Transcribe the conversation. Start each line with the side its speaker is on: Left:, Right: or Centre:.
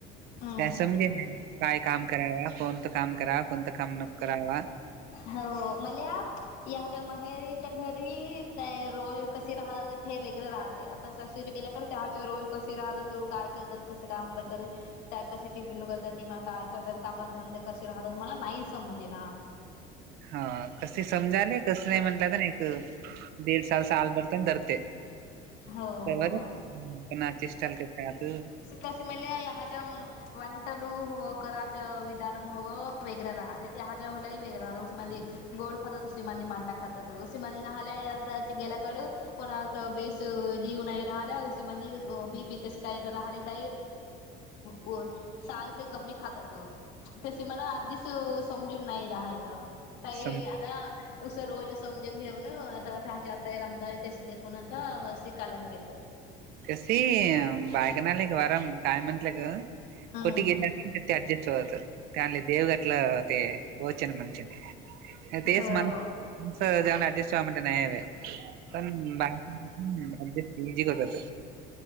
Left: हम्म
Right: काय समजे.... काय काम कराव कोणतं काम कराव कोणतं काम न कराव...
Left: हो मल्या हच्या माहेरीत.... च्या घरी रोज कशी राहतात ते वेगैरे राहते आता सर गेल्या..... रोज कसे राहतात काय करतात कसे काम करतात त्या कसे टिपिलू करतात किंवा काय करतात कामात धंदे कसे राहतात मला नाही समजे ना.....
Right: हा कसे समजाले कस नाही म्हंटलं तर ना एक दीड सल सा आलबरताना धरते...
Left: हो
Right: खबर
Left: हो
Right: प नाची सल क त....
Left: तसे म्हणले ह्याच्या वंटलू हवं कराच विधानम हवं वगैरे राहत हच्याला वेगळाव म्हे गोड तु म्हणता खात त गेल्याकडू कोणा तर बेस जीव नाहीय रा ह उी मंदिर बी पी तेसकाय रात व साल्ट कमी खातात त्याशी मणा अधीच समजून नाही राहायचं काई
Right: सम
Left: आता उसं रोज समजून घेऊन आता त्याची आताही राता आणि तसे देखून आता शिकायला गेलं
Right: कस बायकना आला एक वारम काय म्हटलं ग
Left: हम्म
Right: कुठे गेला अडजस्ट आवत दनला द देव गटला ते होचन म्हणषनी तेच
Left: हो
Right: जवण अडजस्ट नाही हवे पण बाहेरजस्ट जी करतात